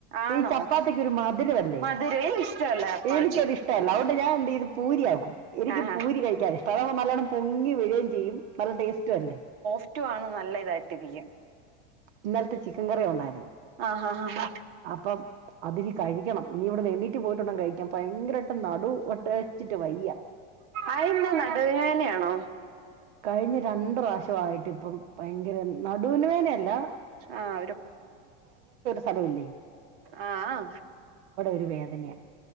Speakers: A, on the right; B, on the right.
A: ആണോ
B: ഈ ചപ്പാത്തിക്കൊരു മധുരല്ലേ
A: മധുരേ ഇഷ്ടല്ല ചപ്പാത്തി
B: എനിക്കത് ഇഷ്ടല്ല അതുകൊണ്ട് ഞാൻ എന്തേയ്ത്. പൂരിയാക്കും എനിക്ക്
A: ആഹാ
B: പൂരി കഴിക്കാൻ ഇഷ്ടം അത നല്ലോണ്ണം പൊങ്ങി വേരേം ചെയും നല്ല ടേസ്റ്റ ല്ലേ.
A: ട്ടുവാന്നേൽ നല്ല ഇതായിട്ടിരിക്കും.
B: ഇന്നലത്തെ ചിക്കൻ കറി ഉണ്ടായിരുന്നു
A: ആഹ് ആഹ് ആഹ്
B: അപ്പം അതിന് കഴി ക്കണം ഇനി ഇവിടെ എണ്ണീട്ട് പോയിട്ടുങ്ക കഴിക്കൻ ഭയങ്കരായിട്ട് നടു ഒട്ടച്ചിട്ട് വയ്യ.
A: ആതനാ നടുവേനയാണോ.
B: കഴിഞ്ഞ രണ്ട് പ്രാവശ്യയിട്ട് ഇപ്പം ഭയങ്കര നടുവിന് വേനയല്ല.
A: ആഹ്
B: <unintelligible>
A: ആഹ,
B: ഒരു വേദനയാ